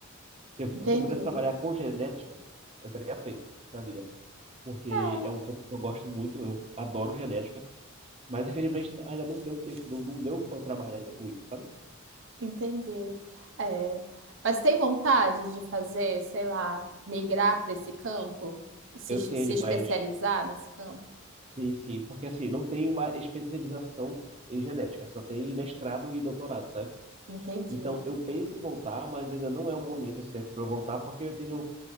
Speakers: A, on the right; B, on the right.
A: Se eu,
B: entendi.
A: se eu pudesse trabalhar com genética, eu teria feito na vida. Porque
B: É,
A: é um campo que eu gosto muito, eu adoro genética, mas infelizmente ainda não deu tempo, não, não deu para eu trabalhar ainda com isso, sabe?
B: entendi. É. Mas tem vontade de fazer, sei lá, migrar para esse campo, se,
A: Eu
B: se
A: tenho,
B: especializar
A: mas
B: nesse campo?
A: Sim, sim, porque assim, não tem uma especialização em genética, só tem mestrado e doutorado, sabe?
B: Entendi.
A: Então, eu penso em voltar, mas ainda não é o momento certo para eu voltar, porque eu tenho